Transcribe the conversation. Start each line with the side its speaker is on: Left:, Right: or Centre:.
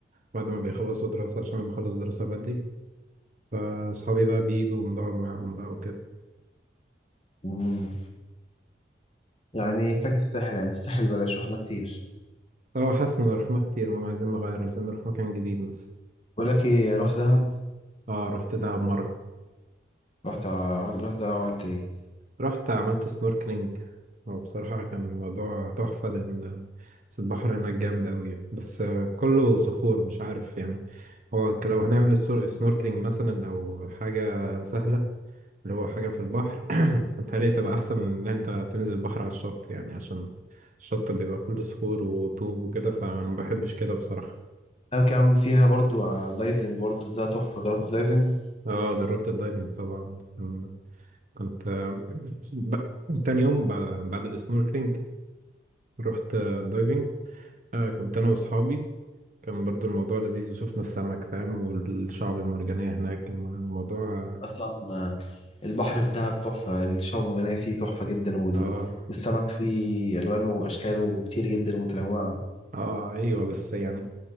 Right: بعد ما بيخلصوا دراسة عشان انا بخلص دراسة بدري فاصحابي بقى بيجوا ونقعد معاهم بقى وكده
Left: امم يعني فاكر الساحل يعني الساحل بلاش رحنا كتير
Right: اه حاسس ان رحنا كتير ماما عايزين نغير عايزين نروح مكان جديد مثلا
Left: بقول لك ايه رحت دهب
Right: اه رحت دهب مرة
Left: رحت ع- عملت رحت دهب عملت ايه
Right: رحت عملت سنوركلينج وبصراحة كان الموضوع تحفة لأن البحر هناك جامد أوي بس آه، كله صخور مش عارف يعني هو لو هنعمل ستور- سنوركلينج مثلا أو حاجة سهلة اللي هو حاجة في البحر <clears throat> هتهيألي تبقى أحسن من إن أنت تنزل البحر على الشط يعني عشان الشط بيبقى كله صخور وطوب وكده فما بحبش كده بصراحة
Left: دهب كان فيها برضو ع- دايفنج برضو ده تحفة جربت دايفنج
Right: اه جربت الدايفنج طبعا كان- كنت <clears throat> آه، ب... تاني يوم بعد, بعد السنوركلينج رحت آه، الدايفنج آه كنت أنا وأصحابي كان برضو الموضوع لذيذ وشفنا السمك فاهم والشعب المرجانية هناك الم- الموضوع اه
Left: اصلا آه، البحر في دهب تحفة الشعاب المرجانية فيه تحفة جدا وال...
Right: اه
Left: والسمك فيه الوانه واشكاله كتير جدا متنوعة
Right: آه، ايوه بس يعني